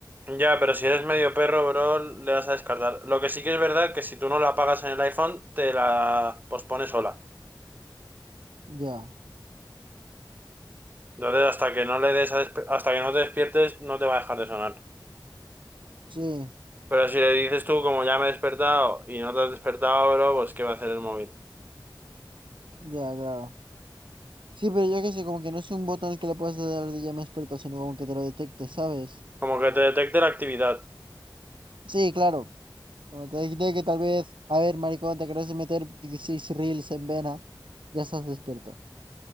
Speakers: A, on the right; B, on the right.
A: Ya, pero si eres medio perro, bro, le vas a descartar. Lo que sí que es verdad que si tú no la apagas en el iPhone, te la pospone sola.
B: Ya,
A: Entonces, hasta que no le des a despe- hasta que no te despiertes, no te va a dejar de sonar.
B: sí,
A: Pero si le dices tú, como ya me he despertado y no te has despertado, bro, pues ¿qué va a hacer el móvil?
B: ya, claro. Sí, pero yo qué sé, como que no es un botón que le puedas dar de ya me experto, sino como que te lo detecte, ¿sabes?
A: Como que te detecte la actividad.
B: Sí, claro. Como te dije que tal vez, a ver, maricón, te querés meter 16 reels en vena, ya estás despierto,